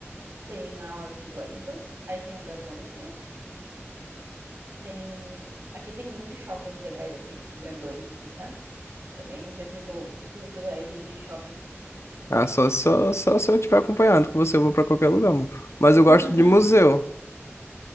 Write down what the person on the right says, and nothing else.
Tem a Orla do Guaíba, aí tem um gasômetro, tem aqui tem muitos shoppings legais assim, tipo grandões, assim, sabe? Também não sei se tu, se tu é de, de shopping.
<laughs>